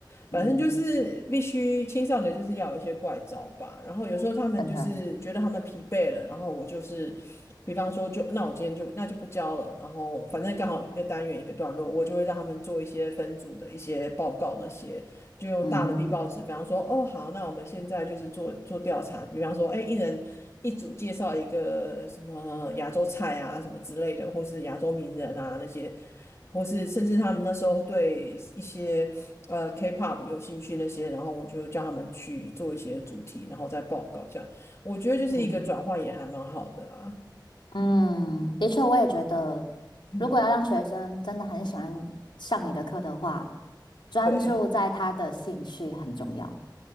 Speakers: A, on the left; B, on the left.
A: 嗯，
B: 反正就是必须青少年就是要有一些怪招吧。然后有时候他们就是觉得他们疲惫了，
A: 真的，
B: 然后我就是，比方说就那我今天就那就不教了。然后反正刚好一个单元一个段落，我就会让他们做一些分组的一些报告那些，就用大的
A: 嗯
B: B 报纸，比方说哦好，那我们现在就是做做调查，比方说哎一人。一组介绍一个什么亚洲菜啊，什么之类的，或是亚洲名人啊那些，或是甚至他们那时候对一些呃 K-pop 有兴趣那些，然后我就叫他们去做一些主题，然后再报告这样。我觉得就是一个转换也还蛮好的啊。
A: 嗯嗯，的确，我也觉得，
B: 嗯，
A: 如果要让学生真的很喜欢上你的课的话，专注在他的兴趣很重要。
B: 对。